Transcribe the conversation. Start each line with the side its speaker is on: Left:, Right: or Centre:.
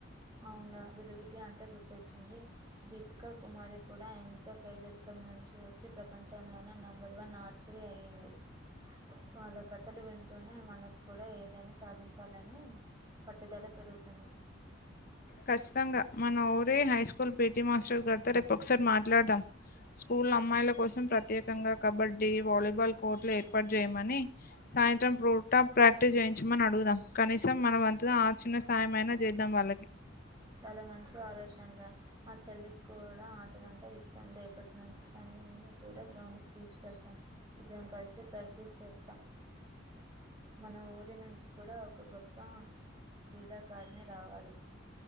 Right: అవున విలువిద్య అంటే గుర్తొచ్చింది దీపిక కుమారి కూడా ఎంతో పేదరికం ను చి వచ్చి ప్రపంచంలోనే నెంబర్ వన్ ఆర్చరీ అయ్యింది వాళ్ళ కథలు వింటూనే మనకు కూడా ఏదైనా సాధించాలని పట్టుదల పెరుగుతుంది
Left: ఖచ్చితంగా మన ఊరి హైస్కూల్ పిటి మాస్టర్ గారితో రేపు ఒకసారి మాట్లాడదాం స్కూల్ అమ్మాయిల కోసం ప్రత్యేకంగా కబడ్డీ వాలీబాల్ కోర్టులు ఏర్పాటు చేయమని సాయంత్రం ప్రూట ప్రాక్టీస్ చేయించమని అడుగుదాం కనీసం మన వంతులో ఆ చిన్న సాయం అయినా చేద్దాం వాళ్ళకి
Right: చాలా మంచి ఆలోచనరా మా చెల్లికి కూడా ఆటలు అంటే ఇష్టం రేపట్నుంచి త నేను కూడా గ్రౌండ్కి తీసుకెళ్తాను ఇద్దరం కలిసి ప్రాక్టీస్ చేస్తాం మన ఊరి నుంచి కూడా ఒక గొప్ప క్రీడాకారిణి రావాలి